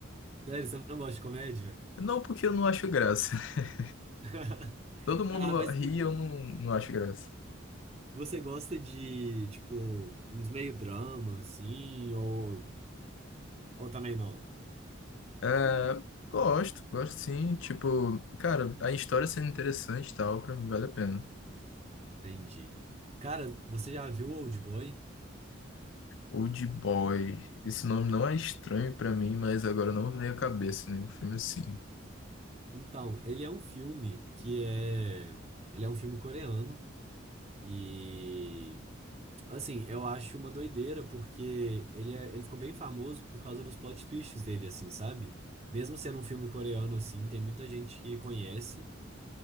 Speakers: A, on the right; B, on the left.
A: Sério, você não gosta de comédia?
B: Não porque eu não acho graça, <laughs>
A: <laughs>
B: todo mundo
A: Ah, mas
B: ri, eu não, não acho graça.
A: você gosta de, tipo, uns meio drama, assim, ou, ou também não?
B: É, gosto, gosto sim, tipo, cara, a história sendo interessante e tal, pra mim vale a pena.
A: Entendi. Cara, você já viu Old Boy?
B: Old Boy. Esse nome não é estranho pra mim, mas agora não me vem à cabeça nenhum filme assim.
A: Então, ele é um filme que é... Ele é um filme coreano e... Assim, eu acho uma doideira, porque ele, é- ele ficou bem famoso por causa dos plot twists dele, assim, sabe? Mesmo sendo um filme coreano, assim, tem muita gente que conhece.